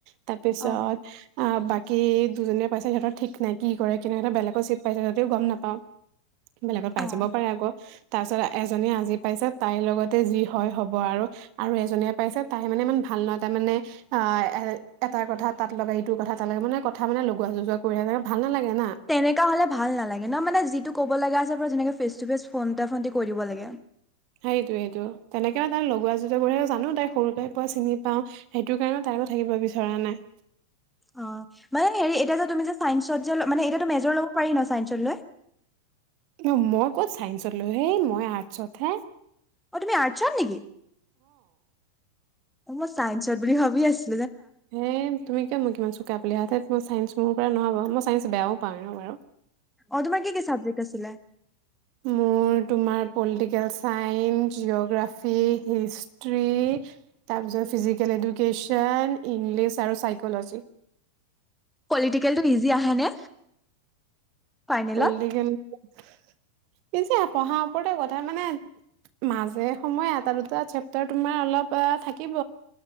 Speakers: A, on the right; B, in the centre.
A: তাৰপিছত
B: অ
A: আ বাক। কি দুজনীয়ে পাইছে, সিহঁতৰ ঠিক নাই কি কৰে? <inaudible> বেলেগত চিট পাইছে যদিও গম নাপাওঁ। বেলেগত পাই
B: অ
A: যাব পাৰে আকৌ। তাৰ পিছত এজনীয়ে আজি পাইছে, তাইৰ লগতে যি হয় হব আৰু। আৰু এজনীয়ে পাইছে তাই মানে ইমান ভাল নহয় তাই মানে। এ এটা কথাত। তাত লগায় ইটো কথা তামানে কথা মানে লগোৱা যোজোৱা কৰি থাকে ভাল নালাগে। না
B: তেনেকা হলে ভাল নালাগে ন মানে যিটো ক'ব লগা। <unintelligible> ফেচটো ফেচ ফ্ৰনটা ফ্ৰনটি কৈ দিব লাগে
A: সেইটোৱেটো তেনেকে তাই লগোৱা যুজোৱা কৰে জানো। তাই সৰুপাই পোৱা চিনি পাওঁ, সেইটো কাৰণে তাইৰ লগত থাকিব বিচৰা নাই।
B: অ মানে হেৰি এতিয়া যে তুমি যে চাইন্সত যে, মানে এতিয়াতো মেজৰ ল'ব পাৰি ন চাইন্সত লৈ?
A: অ মই ক'ত চাইন্সত লৈ, হেই মই আৰ্টছত হে।
B: অ তুমি আৰ্টছত নেকি? অ চাইন্সত বুলি ভাবি আছো।
A: হে তুমি কিয় মোক ইমান চোকা বুলি, <inaudible> মই চাইন্স। মোৰ পৰা নহব, মই চাইন্স বেয়াও। পাওঁ এনেও বাৰু
B: অ তোমাৰ কি কি চাবজেকট আছিলে?
A: মোৰ তোমাৰ পলিটিকেল চাইন্স, জিঅ'গ্ৰাফী, হিষ্ট্ৰী তাৰপিছত ফিজিকেল এডুকেশ্যন, ইংলিছ আৰু চাইকল'জী।
B: পলিটিকেলটো ইজি আহে নে? ফাইনেলত
A: পলিটিকেল <unintelligible> <unintelligible> পঢ়াৰ ওপৰতে কথা মানে, মাজে সময়ে এটা দুটা চেপ্তাৰ তোমাৰ অলপ থাকিব,